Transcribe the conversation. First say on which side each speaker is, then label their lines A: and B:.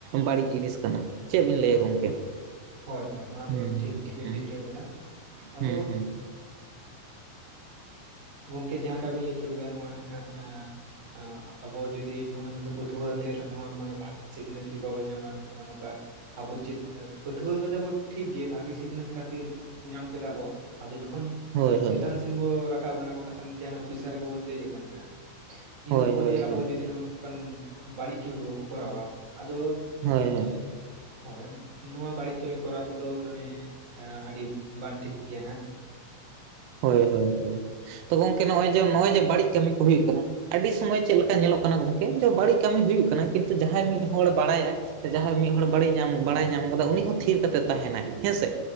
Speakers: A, on the right; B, on the right.
A: ᱵᱟᱹᱲᱤᱡ ᱡᱤᱱᱤᱥ ᱠᱟᱱᱟ ᱪᱮᱫ ᱵᱤᱱ ᱞᱟᱹᱭᱟ ᱜᱚᱝᱠᱮ
B: ᱦᱳᱭ ᱦᱳᱭ ᱱᱚᱣᱟ
A: ᱦᱩᱸ
B: ᱫᱚ ᱴᱷᱤᱠ ᱜᱮᱵᱤᱱ
A: ᱦᱩᱸ
B: ᱞᱟᱹᱭ ᱚᱪᱚᱣᱟ ᱠᱟᱫᱟ ᱟᱫᱚ
A: ᱦᱩᱸ ᱦᱩᱸ
B: ᱜᱚᱝᱠᱮ ᱡᱟᱦᱟᱸ ᱞᱮᱠᱟᱵᱤᱱ ᱞᱟᱹᱭ ᱚᱪᱚ ᱠᱮᱫᱟ ᱱᱚᱜᱼᱚᱭ ᱱᱟᱦᱟᱜ ᱟᱸ ᱟᱸ ᱟᱵᱚ ᱡᱩᱫᱤ ᱱᱚᱜᱼᱚᱭ ᱱᱩᱱᱟᱹᱜ ᱯᱟᱹᱴᱷᱩᱣᱟᱹ ᱟᱛᱮ ᱨᱮᱦᱚᱸ ᱢᱟᱱᱮ ᱵᱷᱟᱜᱤ ᱥᱤᱠᱷᱱᱟᱹᱛ ᱡᱩᱫᱤ ᱵᱟᱵᱚᱱ ᱧᱟᱢᱟ ᱱᱚᱜᱼᱚ ᱱᱚᱝᱠᱟ ᱟᱵᱚ ᱪᱮᱫ ᱮᱸ ᱯᱟᱹᱴᱷᱩᱣᱟᱹ ᱠᱟᱛᱮᱜ ᱵᱚ ᱴᱷᱤᱠ ᱜᱮ ᱵᱷᱟᱹᱜᱤ ᱥᱤᱠᱷᱱᱟᱹᱛ ᱠᱷᱟᱹᱛᱤᱨ ᱧᱟᱢ ᱠᱮᱫᱟ ᱵᱚ ᱟᱫᱚ ᱡᱚᱠᱷᱚᱱ
A: ᱦᱳᱭ ᱦᱳᱭ
B: ᱪᱮᱛᱟᱱ ᱥᱮᱱᱵᱚ ᱨᱟᱠ ᱠᱟᱣ ᱟᱠᱟᱱᱟ ᱵᱚ ᱵᱟᱝᱠᱷᱟᱱ ᱡᱟᱦᱟᱸ ᱚᱯᱷᱤᱥᱟᱨ ᱠᱚᱵᱚᱱ ᱫᱮᱡ ᱟᱠᱟᱱᱟ ᱤᱱᱟᱹ
A: ᱦᱳᱭ
B: ᱯᱚᱨᱮ
A: ᱦᱳᱭ
B: ᱟᱵᱚ
A: ᱦᱳᱭ
B: ᱡᱩᱫᱤ ᱦᱚᱸ ᱚᱱᱠᱟᱱ ᱵᱟᱹᱲᱤᱡ ᱠᱤᱭ ᱵᱟᱠᱩ ᱠᱚᱨᱟᱣᱟ ᱟᱫᱚ
A: ᱦᱮᱸ ᱦᱮᱸ
B: ᱦᱳᱭ ᱱᱚᱣᱟ ᱵᱟᱹᱲᱤᱡ ᱠᱟᱹᱢᱤ ᱠᱚᱨᱟᱣ ᱫᱚ ᱢᱟᱱᱮ ᱮᱸ ᱟᱹᱰᱤ ᱵᱟᱝ ᱴᱷᱤᱠ ᱜᱮᱭᱟ ᱱᱟᱦᱟᱜ
A: ᱦᱳᱭ ᱦᱳᱭ ᱜᱚᱝᱠᱮ ᱛᱚ ᱜᱚᱝᱠᱮ ᱱᱚᱜᱼᱚᱭ ᱡᱮ ᱱᱚᱜᱼᱚᱭ ᱡᱮ ᱵᱟᱹᱲᱤᱡ ᱠᱟᱹᱢᱤ ᱠᱚ ᱦᱩᱭᱩᱜ ᱠᱟᱱᱟ ᱟᱹᱰᱤ ᱥᱚᱢᱚᱭ ᱪᱮᱫ ᱞᱮᱠᱟ ᱧᱮᱞᱚᱜ ᱠᱟᱱᱟ ᱜᱚᱝᱠᱮ ᱡᱮ ᱵᱟᱹᱲᱤᱡ ᱠᱟᱹᱢᱤ ᱦᱩᱭᱩᱜ ᱠᱟᱱᱟ ᱠᱤᱱᱛᱩ ᱡᱟᱦᱟᱸᱭ ᱢᱤᱫ ᱦᱚᱲ ᱵᱟᱲᱟᱭᱟ ᱥᱮ ᱡᱟᱦᱟᱸᱭ ᱢᱤᱫ ᱦᱚᱲ ᱵᱟᱹᱲᱤᱡ ᱧᱟᱢ ᱵᱟᱲᱟᱭ ᱧᱟᱢ ᱠᱟᱫᱟ ᱩᱱᱤ ᱦᱚᱸ ᱛᱷᱤᱨ ᱠᱟᱛᱮᱫ ᱛᱟᱦᱮᱱᱟᱭ ᱦᱮᱸᱥᱮ